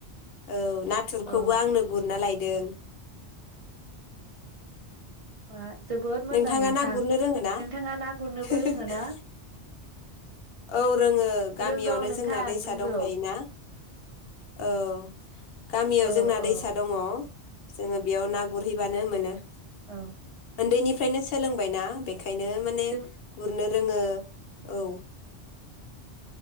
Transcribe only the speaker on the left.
औ नाथुरखौबो
आंनो गुरना लाय दों <inaudible>
नोंथाङा
ना गुरनो रोङो ना
<unintelligible>
औ रोङो गामियावनो
जोंना दैसा
दंखायोना औ गामियाव
जोंना
दैसा दङ। जोङो बेयाव ना गुरहैबानो मोनो।
उन्दैनिफ्रायनो सोलोंबायना बेखायनो माने
गुरनो रोङो औ <inaudible>